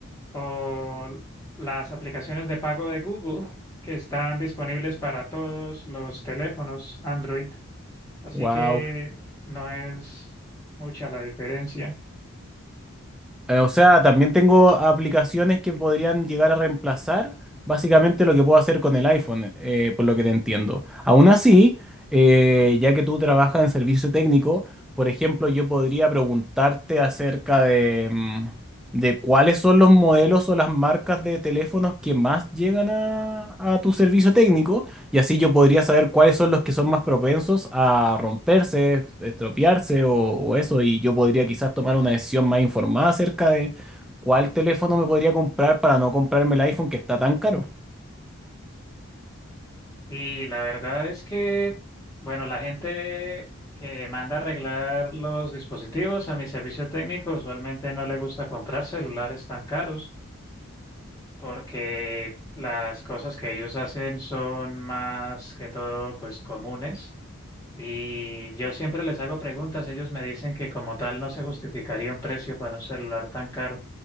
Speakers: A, on the left; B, in the centre.
A: o las aplicaciones de pago de Google que están disponibles para todos los teléfonos Android. Así
B: Wow.
A: que no es mucha la diferencia.
B: Eh, o sea, también tengo aplicaciones que podrían llegar a reemplazar básicamente lo que puedo hacer con el iPhone, eh, por lo que te entiendo. Aún así, eh, ya que tú trabajas en servicio técnico, por ejemplo, yo podría preguntarte acerca de, mm, de cuáles son los modelos o las marcas de teléfonos que más llegan a, a tu servicio técnico y así yo podría saber cuáles son los que son más propensos a romperse, estropearse o, o eso. Y yo podría quizás tomar una decisión más informada acerca de cuál teléfono me podría comprar para no comprarme el iPhone que está tan caro.
A: Y la verdad es que, bueno, la gente que manda a arreglar los dispositivos a mi servicio técnico usualmente no le gusta comprar celulares tan caros porque las cosas que ellos hacen son más que todo pues comunes. Y yo siempre les hago preguntas, ellos me dicen que como tal no se justificaría un precio para un celular tan caro.